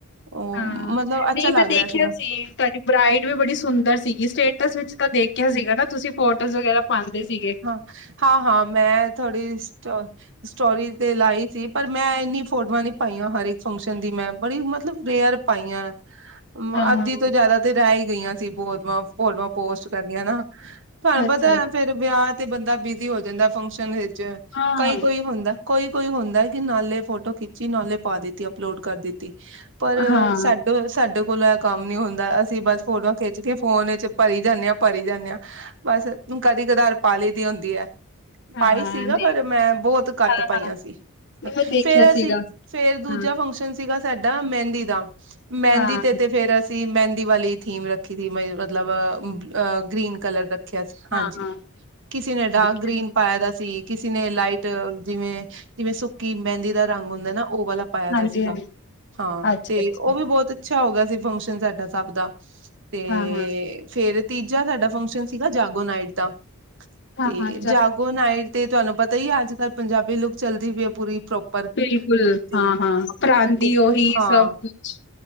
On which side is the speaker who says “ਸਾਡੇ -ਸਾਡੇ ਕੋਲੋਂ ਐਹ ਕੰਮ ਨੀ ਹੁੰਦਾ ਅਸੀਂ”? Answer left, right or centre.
Right